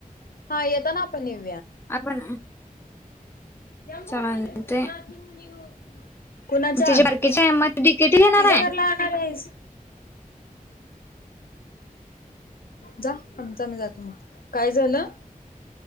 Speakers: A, on the left (about 80°); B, on the left (about 15°).
A: हा येेत ना आपण येऊ
B: आपण
A: जबकर
B: चालतंय
A: ना तिम नव कुणाच्या
B: तिची बारकीची आहे मग ती डिकेटी घेणार
A: तिच्या
B: आहे
A: घरला आणणार आहेस जा आम जा मी जातो मग काय झालं